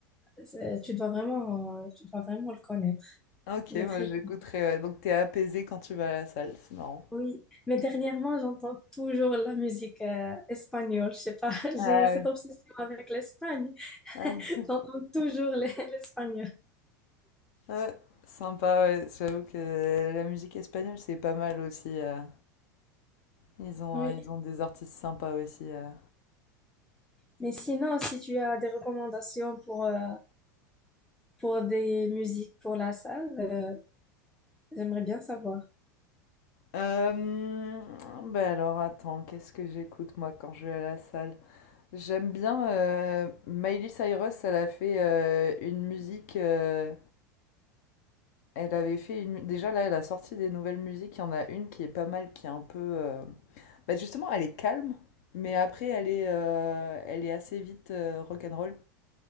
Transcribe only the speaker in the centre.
C'est- Tu dois vraiment, euh, tu dois vraiment le connaître.
Il
est très
Oui, mais dernièrement, j'entends toujours la musique euh, espagnole. Je sais pas, <laughs>
j'ai cette
obsession avec l'Espagne.
<laughs> J'entends toujours les- <laughs> l'espagnol.
Oui,
mais sinon, si tu as des recommandations pour, euh, pour des musiques pour la salle, euh, j'aimerais bien savoir.